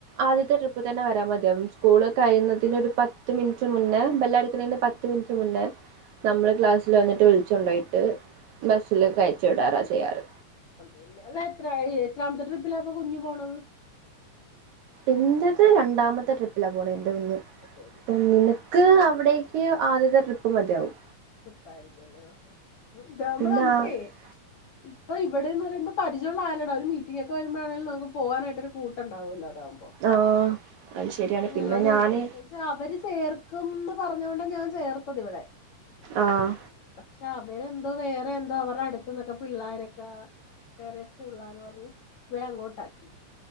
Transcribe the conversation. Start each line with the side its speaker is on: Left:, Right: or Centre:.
Right: ആദ്യത്തെ ട്രിപ്പ് തന്നെ വരാ മത്യാവും. സ്കൂള് കഴിയുന്നതിനന് ഒരു പത്ത് ത്ത് മിനിറ്റ് മുന്നെ ബെല്ല അടിക്ക് ണേന്റെ പത്ത് മിൻറ്റ് മുന്നെ നമ്മള് ക്ലാസ്സിൽ വന്നിട്ട് വിളിച്ചു കൊണ്ടോയിട്ട് ബസ്സില് കയറ്റി വിടാറാ ചെയ്യാറ്.
Left: അത <unintelligible> അല്ല എത്ര എത്രാമത്തെ ട്രിപ്പിലാപ്പ കുഞ്ഞു പോണത്.
Right: എന്റെത് രണ്ടാമത്തെ ട്രിപ്പിലാ പോണെ എൻ്റെ കുഞ്
Left: അതേല്ലെ
Right: നിനക്ക് അവിടേക്ക് ആദ്യത്തെ ട്രിപ്പ് മതിയാവും.
Left: തൃപ്പായിരിക്കെലേ ആഹ് ഇതാകുമ്പ
Right: പിന്നെ
Left: നമക്കേ
Right: ആഹ്
Left: ഇപ്പൊ ഇവിടേന്ന് പറയുമ്പം. പരിചയുള്ള ആരടാ ഒര് മീറ്റിങ്ങെക്കെ വരുമ്പോ ആണെലും നമുക്ക് പോവാനായിട്ട് ഒരു കൂട്ടണ്ടാവൊല്ലോ അതാവുമ്പോ
Right: ആഹ് അത് ശരിയാണ്
Left: ഇപ്പൊ ഞൻ
Right: പിന്നെ ഞാന്
Left: ഒറ്റക്ക ക്ഷെ അവര് ചേർക്കുംന്ന് പറഞ്ഞോണ്ട ഞാൻ ചേർത്തത് ഇവിടെ.
Right: ആഹ്
Left: പക്ഷെ അവരെന്തോ വേറെ എന്തോ അവർടെ അടുത്ത്ന്നൊക്കെ പിള്ളാരൊക്കാ. വേറെ സ്കൂൾലാന്ന് പറഞ്ഞ് വേം അങ്ങോട്ടാക്കി.